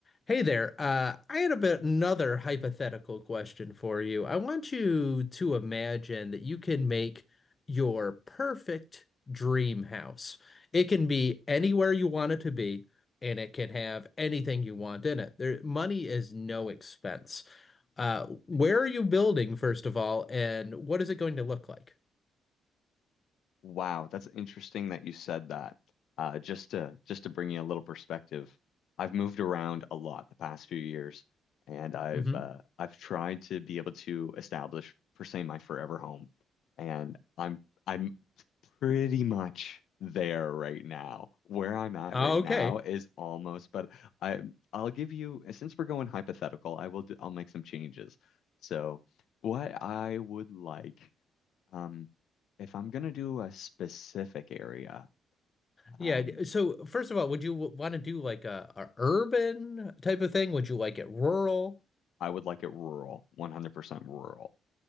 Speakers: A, on the left; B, on the left.
A: Hey there. Uh, I had a bit another hypothetical question for you. I want you to imagine that you can make your perfect dream house. It can be anywhere you want it to be, and it can have anything you want in it. There, money is no expense. Uh, where are you building, first of all, and what is it going to look like?
B: Wow, that's interesting that you said that. Uh, just to just to bring you a little perspective, I've moved around a lot the past few years, and I've
A: hmm
B: uh, I've tried to be able to establish per se my forever home, and I'm I'm pretty much there right now. Where I'm at
A: okay.
B: right now is almost, but I I'll give you since we're going hypothetical, I will do, I'll make some changes. So. What I would like um, if I'm gonna do a specific area,
A: Yeah.
B: um,
A: So, first of all, would you want to do like a, a urban type of thing? Would you like it rural?
B: I would like it rural, 100% rural.